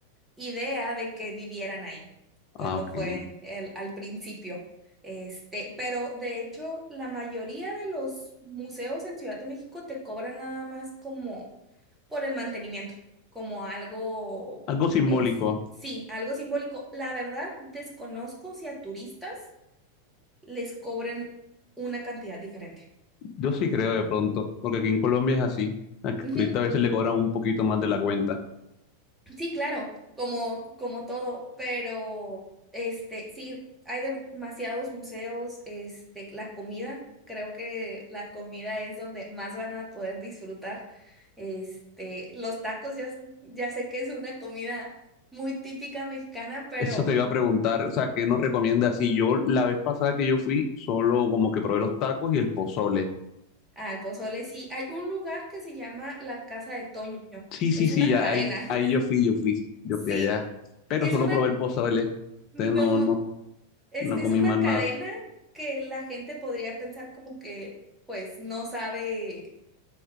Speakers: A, in the centre; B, on the left (about 40°).
A: idea de que vivieran ahí,
B: Ah,
A: cuando
B: ok.
A: fue el, al principio. Este, pero de hecho, la mayoría de los museos en Ciudad de México te cobran nada más como por el mantenimiento, como algo
B: Algo simbólico.
A: es, sí, algo simbólico. La verdad, desconozco si a turistas les cobren una cantidad diferente.
B: Yo sí creo de pronto, porque aquí en Colombia es así. Al turista
A: Ujú.
B: a veces le cobran un poquito más de la cuenta.
A: Sí, claro, como, como todo, pero este, sí, hay demasiados museos, este, la comida, creo que la comida es donde más van a poder disfrutar. Este, los tacos, ya, ya sé que es una comida muy típica mexicana, pero
B: Eso te iba a preguntar, o sea, ¿qué nos recomiendas? Si yo la vez pasada que yo fui, solo como que probé los tacos y el pozole.
A: al pozole sí. Hay un lugar que se llama la Casa de Toño,
B: Sí, sí,
A: es
B: sí,
A: una
B: ya
A: cadena.
B: ahí,
A: <laughs>
B: ahí yo fui, yo fui, yo
A: Sí,
B: fui allá, pero
A: es
B: solo
A: una,
B: probé el pozole. Entonces
A: no.
B: no, no,
A: Es,
B: no
A: es
B: comí
A: una
B: más nada.
A: cadena que la gente podría pensar como que, pues, no sabe